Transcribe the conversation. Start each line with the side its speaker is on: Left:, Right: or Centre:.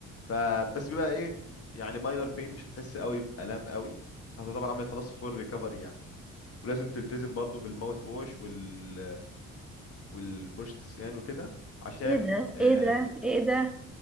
Left: فبس بيبقى ايه يعني ماينر بين مش هتحس قوي بألم قوي هتعتبر عملت خلاص فول ريكفري يعني ولازم تلتزم برضو بالماوث ووش وال والفرشة السنان وكده عشان
Centre: ايه ده
Left: آه،
Centre: ايه ده ايه ده